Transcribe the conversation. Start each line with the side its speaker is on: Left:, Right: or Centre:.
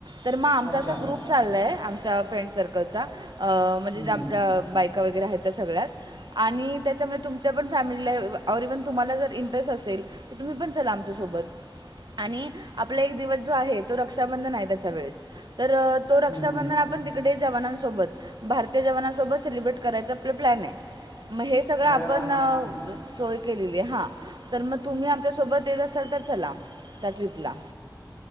Right: तर मग आमचा
Left: अच्छा
Right: असा ग्रुप आहे. चाललय आमच्या फ्रेंड सर्कलचा
Left: हम्म
Right: म्हणजे आमच्या बायका वगैरे आहेत. ते सगळ्याच आणि त्याच्यामुळे तुमच्या पण फॅमिलीला और इव्हन तुम्हाला जर इंटरेस्ट असेल तर तुम्ही पण चला आमच्यासोबत. आणि आपला एक दिवस जो आहे तो रक्षाबंधन आहे त्याच्या वेळेस तर तो रक्षाबंधन
Left: हम्म
Right: आपण ती कडे जवानांसोबत भारतीय जवानांसोबत सेलिब्रेट करायचा प्लॅन आहे म हेच सगळं आपण
Left: अरे वा
Right: नव
Left: छान आहे
Right: सोय केलेली आहे हां तर म तुम्ही आमच्यासोबत येत असाल तर चला त्या ट्रीपला.